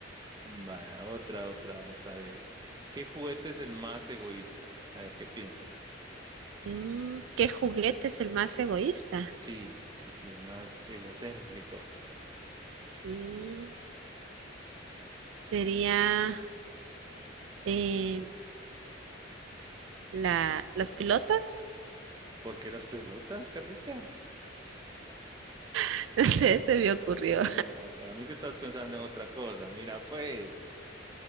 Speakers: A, on the right; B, on the right.
A: Vaya, otra, otra, vamos a ver. ¿Qué juguete es el más egoísta? A ver, ¿qué piensas?
B: Mm, ¿Qué juguete es el más egoísta?
A: Sí, así el más egocéntrico.
B: Mm, sería eh, la, las pilotas.
A: ¿Por qué las pelotas, Carlita?
B: <laughs> Se, se me ocurrió.
A: No, para mí que estás pensando en otra cosa. Mira, pues,